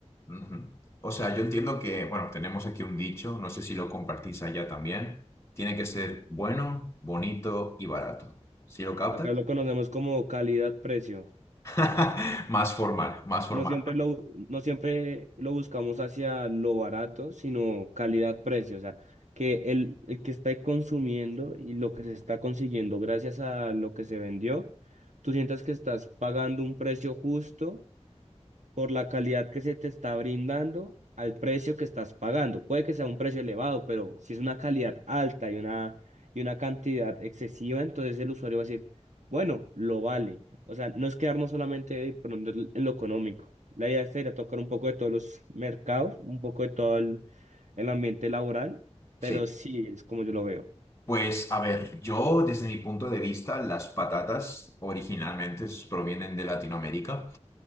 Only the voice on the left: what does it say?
Ujú. O sea, yo entiendo que, bueno, tenemos aquí un dicho, no sé si lo compartís allá también. Tiene que ser bueno, bonito y barato. ¿Sí lo captas?
<laughs> Más formal, más formal.
Sí.
Pues a ver, yo desde mi punto de vista, las patatas originalmente s- provienen de Latinoamérica.